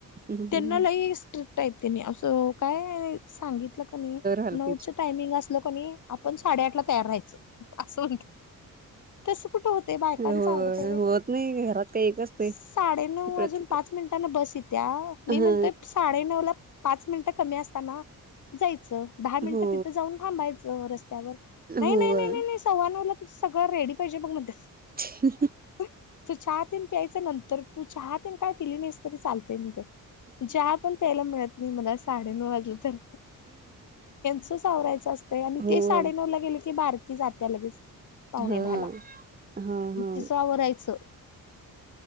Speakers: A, on the right; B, on the left.
A: वेळेवर
B: त्यांना लई स्ट्रिक आहे. नी असं काय सांगितलं कणी
A: हलपीच
B: नऊच टायमिंग असलं कणी आपण साडेआठला तयार राहायचं पाून कस कुठं होते बायकांचावर्तेवे
A: होय होत नाही घरात काही एक असते
B: साडेनऊ
A: इकडं
B: वाजून
A: तिकडं
B: पाच मिनट बस य्या मी
A: हा
B: म्हणतोय साडे नऊ ला पाच मिनिटं कमी असत. जायचं दहा मिनिट
A: हो
B: तिथं जाऊन थांबायचं रस्त त्या नाही
A: होय
B: नाही नाही नाही नाही सव्वा नऊला तुझ सगळं रेडी पाहिजे बघ मध्ये
A: ह.
B: तू चहा तन प्यायचा नंतर तू चहा तन काय पिली नाहीस तरी चालतेय मी तर चहा पण प्यायला मिळत. म मला साडेनऊ वाजलं तर यांचच आवरायचं असतंय आणि
A: होय
B: ते साडे नऊ ला गेले की बार क जात्या लगेच. पाहुणे
A: हा
B: झाला
A: हा हा
B: मग तिचं आवरायचं.